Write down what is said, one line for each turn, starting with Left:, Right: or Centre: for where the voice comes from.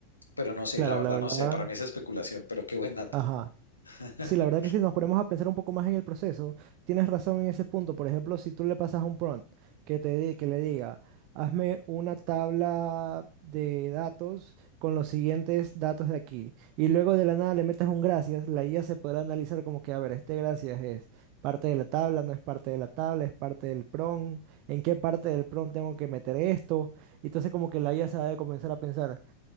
Left: Pero no sé,
Right: Claro,
Left: la verdad
Right: la verdad.
Left: no sé, para mí es especulación, pero qué buen dato.
Right: Ajá.
Left: <laughs>
Right: Sí, la verdad que si nos ponemos a pensar un poco más en el proceso, tienes razón en ese punto. Por ejemplo, si tú le pasas un prompt que te di- que le diga, hazme una tabla de datos con los siguientes datos de aquí, y luego de la nada le metes un gracias, la IA se podrá analizar como que, a ver, este gracias es parte de la tabla, no es parte de la tabla, es parte del prompt, en qué parte del prompt tengo que meter esto. Y entonces como que la IA se va a comenzar a pensar.